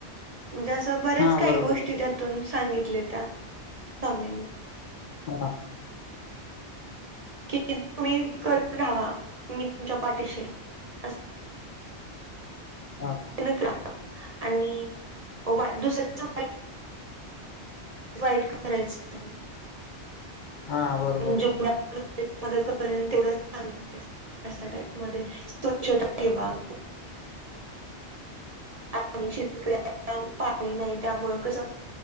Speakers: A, on the right; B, on the left.
A: म्हणजे असं बर्याच
B: हा
A: काही
B: बरोबर
A: गोष्टी त्यातून सांगितल्या त्या, स्वामीनी.
B: हा.
A: कि तुम्ही करत राहावा मी तुमच्या पाठीशी अस
B: हा.
A: <unintelligible> आणि <unintelligible> का दुसर वाईट करायचंय
B: हा बरोबर.
A: जेवढ्या मदत <unintelligible> तेवढंच चांग <unintelligible> टाईप मध्ये स्वच्छता ठेवा आणि शेतकऱ्या पाणी नाही त्यामुळं कसं